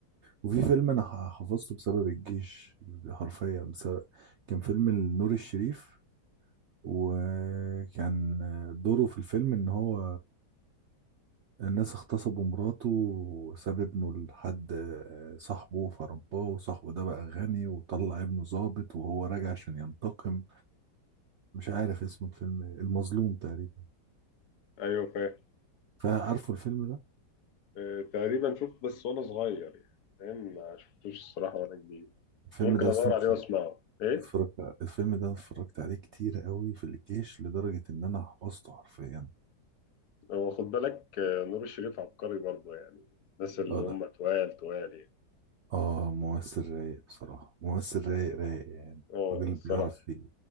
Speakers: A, on the right; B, on the left.
A: وفي فيلم انا ح- حفظته بسبب الجيش حرفيا بسبب كان فيلم نور الشريف وكان دوره في الفيلم ان هو الناس اغتصبوا مراته وساب ابنه لحد آه، صاحبه فرباه وصاحبه ده بقى غني وطلع ابنه ضابط وهو راجع عشان ينتقم مش عارف اسم الفيلم إيه، المظلوم تقريبا
B: ايوه فاهم
A: فعارفه الفيلم ده
B: آه، تقريبا شفت بس وانا صغير يعني فاهم ما شفتوش الصراحه وانا كبير
A: الفيلم
B: ممكن
A: ده
B: ادور
A: اصلا
B: عليه
A: اتف-
B: واسمعه ايه
A: اتفرجت الفيلم ده أنا اتفرجت عليه كتير قوي في الجيش لدرجة ان انا حفظته حرفيا
B: هو خد بالك آه، نور الشريف عبقري برضه يعني الناس اللي
A: اه لا
B: هم توال توال يعني
A: اه ممثل رايق بصراحة ممثل رايق رايق يعني
B: اه
A: راجل
B: الصراحه
A: بيعرف فيه